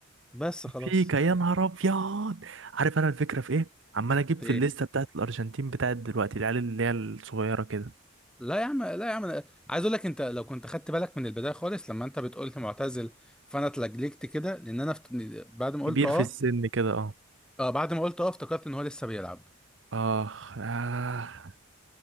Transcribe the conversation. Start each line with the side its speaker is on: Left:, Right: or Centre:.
Centre: بس خلاص
Right: فيكا يا نهار ابيض عارف انا الفكره في ايه عمال اجيب
Centre: ايه
Right: في الليسته بتاعت الارجنتين بتاعت دلوقتي العيال اللي هي الصغيره كده
Centre: لا يا عم لا يا عم أنا عايز اقول لك انت لو كنت خدت بالك من البدايه خالص لما انت بتقول لي معتزل فانا اتلجلجت كده لان انا فت... بعد ما
Right: كبير
Centre: قلت اه
Right: في السن كده اه
Centre: اه بعد ما قلت اه افتكرت ان هو لسه بيلعب
Right: آه, آه